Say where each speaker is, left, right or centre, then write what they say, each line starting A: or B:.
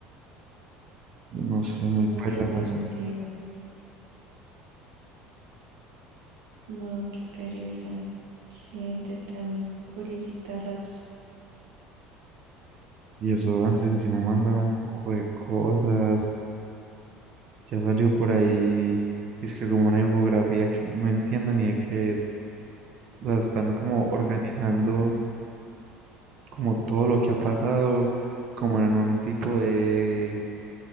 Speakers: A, on the right (about 55°); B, on the right (about 80°).
A: yo no sé, muy
B: no
A: paila
B: tiene
A: el asunto.
B: sentido. No, qué pereza. Qué gente tan curiosita a ratos.
A: Y eso, antes si no mandaron un poco de cosas, ya salió por ahí, es que como una infografía que no entiendo ni de qué es. O sea, están como organizando
B: Qué-
A: como todo lo que ha pasado, como en un tipo de,